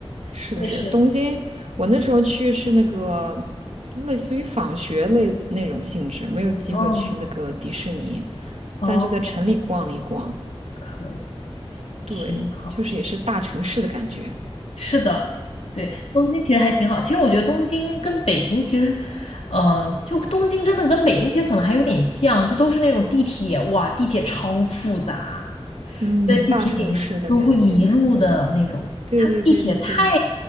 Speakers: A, on the right; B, on the left.
A: 是的是，
B: 确实。
A: 东京，我那时候去是那个类似于访学类那种性质，没有机会去那个迪士尼，
B: 哦哦，
A: 但就在城里逛了一逛。
B: 可以。
A: 对，
B: 挺好，
A: 就是也是大城市的感觉，
B: 是的，对，东京其实还挺好。其实我觉得东京跟北京其实，呃，就东京真的跟北京其实可能还有点像，就都是那种地铁，哇，地铁超复杂，
A: 嗯，
B: 在地铁里面都会迷路的那种。
A: 大城市的感觉，对，对对对对对，
B: 他们地铁太